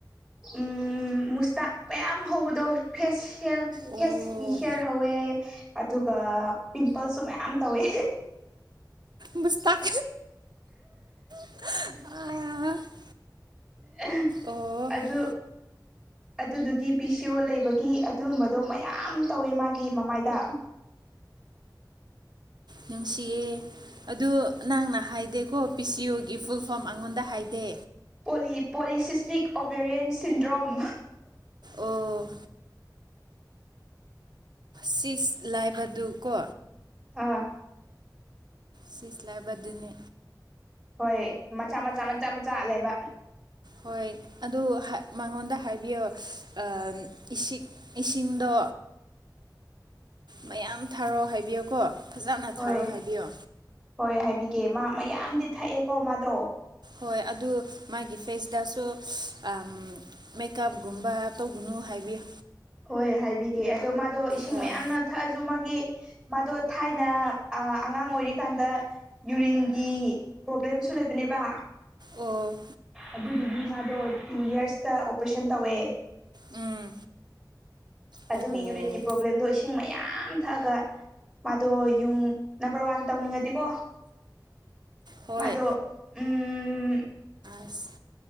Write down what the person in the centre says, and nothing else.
ꯎꯝ ꯃꯨꯁꯇꯥꯛ ꯃꯌꯥꯝ ꯍꯧꯕꯗꯣ ꯐꯦꯁ
ꯐꯦꯁꯀꯤ ꯍꯤꯌꯥꯔ ꯍꯧꯋꯦ ꯑꯗꯨꯒ ꯄꯤꯝꯄꯜꯁꯨ ꯃꯌꯥꯝ ꯇꯧꯋꯦ
ꯑꯦ
ꯑꯗꯨ ꯑꯗꯨꯗꯨꯒꯤ ꯄꯤ ꯁꯤ ꯑꯣ ꯂꯩꯕꯒꯤ ꯑꯗꯨꯝꯕꯗꯣ ꯃꯌꯥꯝ ꯇꯧꯋꯦ ꯃꯥꯒꯤ ꯃꯃꯥꯏꯗ
ꯄꯣꯂꯤ ꯄꯣꯂꯤꯁꯤꯁꯇꯤꯛ ꯑꯣꯕꯦꯔꯤꯌꯦꯟ ꯁꯤꯟꯗ꯭ꯔꯣꯝ
ꯑꯥ
ꯍꯣꯏ ꯃꯆꯥ ꯃꯆꯥ ꯃꯆꯥ ꯃꯆꯥ ꯂꯩꯕ
<inaudible>
ꯍꯣꯏ
ꯍꯣꯏ ꯍꯥꯏꯕꯤꯒꯦ ꯃꯥ ꯃꯌꯥꯝꯗꯤ ꯊꯛꯑꯦꯀꯣ ꯃꯥꯗꯣ
ꯍꯣꯏ ꯍꯥꯏꯕꯤꯒꯦ ꯑꯗꯣ ꯃꯥꯗꯣ ꯏꯁꯤꯡ
ꯃꯌꯥꯝꯅ ꯊꯛꯑꯁꯨ ꯃꯥꯒꯤ ꯃꯥꯗꯣ ꯊꯥꯏꯅ ꯑꯥ ꯑꯉꯥꯡ ꯑꯣꯏꯔꯤꯀꯥꯟꯗ ꯌꯨꯔꯤꯟꯒꯤ ꯄ꯭ꯔꯣꯕ꯭ꯂꯦꯝꯁꯨ ꯂꯩꯕꯅꯦꯕ
ꯑꯗꯨꯗꯨꯒꯤ ꯃꯥꯗꯣ ꯇꯨ ꯌꯔꯁꯇ ꯑꯣꯄꯔꯦꯁꯟ ꯇꯧꯋꯦ
ꯑꯗꯨꯒꯤ
ꯌꯨꯔꯤꯟꯒꯤ ꯄ꯭ꯔꯣꯕ꯭ꯂꯦꯝꯗꯣ ꯏꯁꯤꯡ ꯃꯌꯥꯝ ꯊꯛꯑꯒ ꯃꯥꯗꯣ ꯌꯨꯡ ꯅꯝꯕꯔ ꯋꯥꯟ ꯇꯧꯅꯤꯡꯉꯗꯤꯀꯣ
ꯃꯥꯗꯣ ꯎꯝ